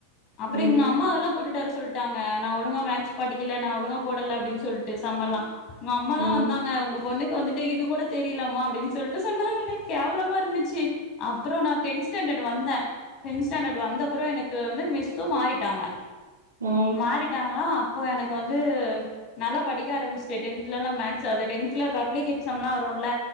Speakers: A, on the left; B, on the right.
A: அப்புறோ
B: ம்
A: எங்க அம்மாவெல்லா கூட்டிட்டு வரசொல் சொல்ட்டாங்க நா ஒழுங்க மேக்ஸ் படிக்கல
B: ம்
A: நா ஒழுங்க போடல அப்படின் சொ சொல்லிட்டு சம்மலா எங்க அம்மா எல்லா
B: ம்
A: வந்தாங்க உங்க பொண்ணுக்கு வந்துட்டு இது கூட தெரியலாமா அப்படின்னு சொல்லிட்டு சொன்னாங்க எனக் கேவலமா இருந்துச்சு அப்புறோ நா டென்த்ஸ்டேன்டர்டு வந்தே டென்த் ஸ்டெண்டர்ட் வந்தப்புறோ எனக்கு வந்து மிஸ்ஸு மாறிட்டாங்க
B: ம்
A: மாறிட்டாங்களா அப்போ எனக்கு வந்து நல்லா படிக்க ஆரம்பிச்சுட்டே டென்த்லல்லா மேக்ஸ் அதை டென்த்ல பப்ளிக் எக்ஸாம் எல்லா வரும்ல